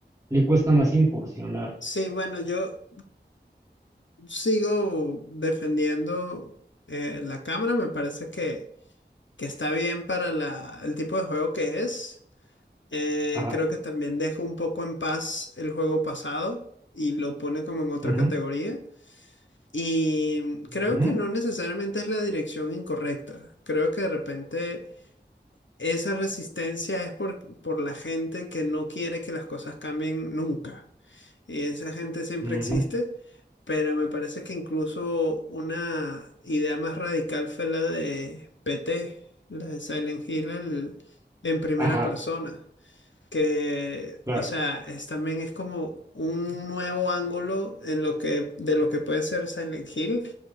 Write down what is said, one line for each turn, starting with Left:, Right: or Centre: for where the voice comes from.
Right: le cuesta más incursionar.
Left: Sí, bueno, yo sigo defendiendo eh, la cámara. Me parece que, que está bien para la, el tipo de juego que es. Eh,
Right: Ajá.
Left: creo que también deja un poco en paz el juego pasado y lo pone como en otra
Right: ujú,
Left: categoría. Y creo
Right: ujú,
Left: que no necesariamente es la dirección incorrecta. Creo que de repente esa resistencia es por, por la gente que no quiere que las cosas cambien nunca. Y esa gente siempre
Right: ujú,
Left: existe, pero me parece que incluso una idea más radical fue la de PT, la de Silent Hill el- en primera
Right: Ajá,
Left: persona que,
Right: claro.
Left: o sea, es, también es como un nuevo ángulo en lo que, de lo que puede ser Silent Hill.